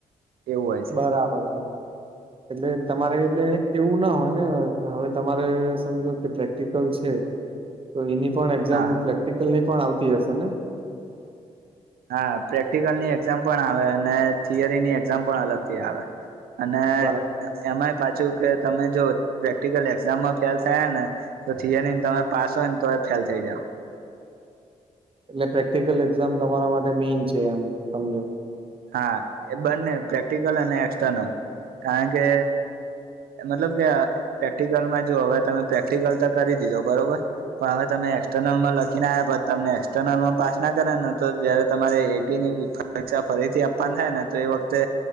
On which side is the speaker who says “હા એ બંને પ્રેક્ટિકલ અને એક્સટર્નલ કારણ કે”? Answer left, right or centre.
Right